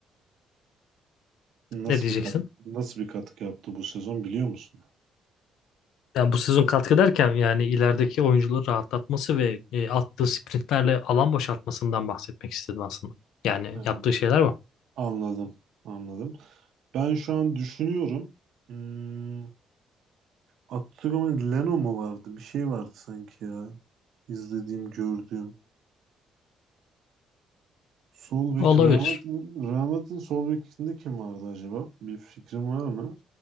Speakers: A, on the right; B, on the left.
A: Nasıl
B: Ne diyeceksin?
A: bir katkı, nasıl bir katkı yaptı bu sezon biliyor musun?
B: Yani bu sezon katkı derken yani ilerideki oyuncuları rahatlatması ve e, attığı sprintlerle alan boşaltmasından bahsetmek istedim aslında. Yani
A: Ha,
B: yaptığı şeyler bu.
A: anladım. Anladım. Ben şu an düşünüyorum. Hmm, Abdülhamid Leno mu vardı? Bir şey vardı sanki ya. İzlediğim, gördüğüm. Sol bek
B: Olabilir.
A: Real Madrid'in Real Madrid'in sol bekinde kim vardı acaba? Bir fikrim var mı?